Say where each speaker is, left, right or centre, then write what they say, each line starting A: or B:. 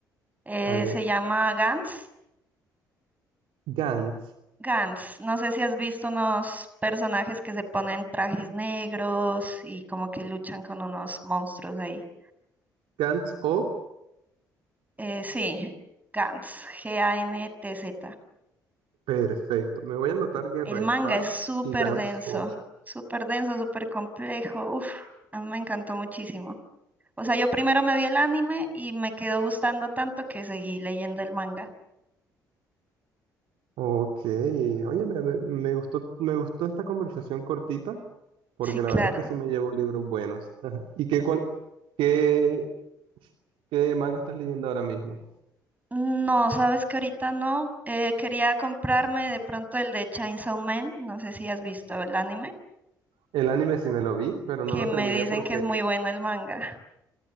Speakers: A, on the right (about 15°); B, on the right (about 60°).
A: Eh,
B: A ver,
A: se llama Gantz.
B: Gantz,
A: Gantz, no sé si has visto unos personajes que se ponen trajes negros y como que luchan con unos monstruos ahí.
B: Gantz O,
A: Eh, sí, Gantz, G-A-N-T-Z.
B: perfecto. Me voy a anotar Guerra
A: El manga
B: y Paz
A: es súper
B: y Gantz
A: denso,
B: O.
A: súper denso, súper complejo. Uf, a mí me encantó muchísimo. O sea, yo primero me vi el anime y me quedó gustando tanto que seguí leyendo el manga.
B: Ok, oye, me, me- me gustó, me gustó esta conversación cortita, porque
A: Sí, claro.
B: la verdad es que sí me llevo libros buenos. <laughs> ¿Y qué, cuál, qué, qué manga estás leyendo ahora mismo?
A: No, sabes que ahorita no. Eh, quería comprarme de pronto el de Chainsaw Man. No sé si has visto el anime.
B: El anime sí me lo vi, pero
A: que
B: no lo
A: me
B: terminé
A: dicen
B: porque
A: que es muy bueno el manga.